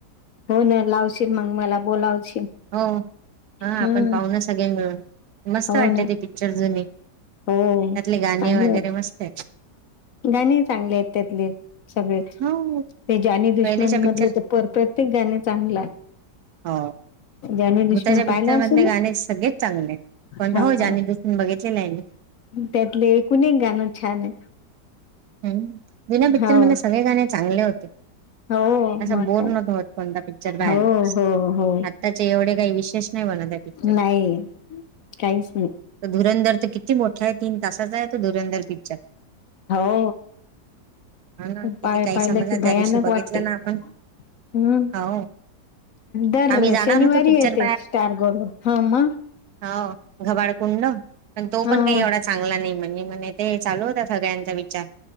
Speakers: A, on the left; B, on the right.
A: हो ना लावशील मग मला बोलावशील
B: हो हा
A: हम्म
B: आपण पाह ना सगळे मिळून मस्त
A: हो
B: वाटते
A: ना
B: ते पिक्चर जुनी त्यातले
A: हो.
B: गाणे
A: चांगले
B: वगैरे
A: वाट
B: मस्त आहे
A: गाणी चांगले आहेत त्यातले सगळेच
B: हो
A: ते जानी
B: पहिलेच्या
A: दुश्मन
B: पिक्चर
A: मधले तर पर प्रत्येक गाणे चांगलं आहे
B: हो
A: जानी दुश्मन
B: भूताच्या पिक्चर
A: पाहिला असेल
B: मधले गाणे
A: ना
B: सगळेच चांगले पण
A: हो.
B: होऊ जानी दुसऱ बघितलेलं आहे मी
A: त्यातले एकूण एक गाणं छान आहे
B: ह जुना पिक्चर
A: हो
B: मध्ये सगळे गाणे चांगले होते
A: हो
B: असं
A: मग
B: बोर
A: काय
B: नव्हत होत कोणता पिक्चर बाहायला
A: हो हो हो.
B: आत्ताचे एवढे काही विशेष नाही बनत पिक्चर
A: नाही काहीच नाही
B: तो धुरंधर तर किती मोठा आहे तीन तासाचा आहे तो धुरंधर पिक्चर
A: हो
B: हा ना किती
A: पा
B: काही
A: पाहिलं
B: समजलं
A: की भयानक
B: त्या दिवशी बघितलं
A: वाटते
B: ना आपण
A: हम्म
B: हो
A: दर
B: आम्ही जाणार
A: शनिवारी
B: होतो पिक्चर
A: येते स्टार गोल्ड हा म
B: हा घबाड कुंड पण तो
A: हा
B: पण काही एवढा चांगला नाही म्हणजे म्हणे ते चालू होता सगळ्यांचा विचार